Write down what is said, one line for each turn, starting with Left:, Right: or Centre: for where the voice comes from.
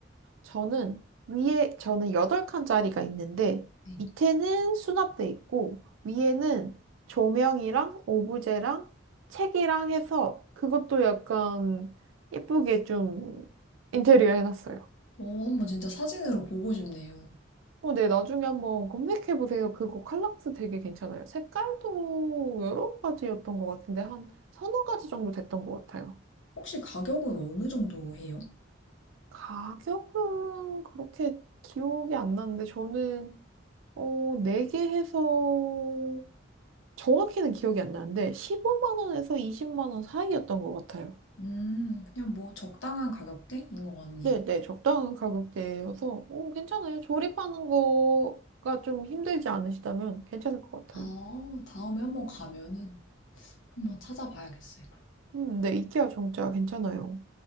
Right: 저는 위에 저는 8칸짜리가 있는데
Left: 네.
Right: 밑에는 수납돼 있고 위에는 조명이랑 오브제랑 책이랑 해서 그것도 약간 예쁘게 좀 인테리어 해놨어요.
Left: 오, 한번 진짜 사진으로 보고 싶네요.
Right: 어, 네, 나중에 한번 검색해보세요. 그거 칼락스 되게 괜찮아요. 색깔도 여러 가지였던 것 같은데 한 서너 가지 정도 됐던 것 같아요.
Left: 혹시 가격은 어느 정도 해요?
Right: 가격은 그렇게 기억이 안 나는데 저는 어, 4개 해서 정확히는 기억이 안 나는데 15만 원에서 20만 원 사이였던 것 같아요.
Left: 음, 그냥 뭐 적당한 가격대인 것 같네요.
Right: 네, 네, 적당한 가격대여서 어, 괜찮아요. 조립하는 거가 좀 힘들지 않으시다면 괜찮을 것 같아요.
Left: 아, 다음에 한번 가면은 한번 찾아봐야겠어요.
Right: 음, 네, 이케아 정자 괜찮아요.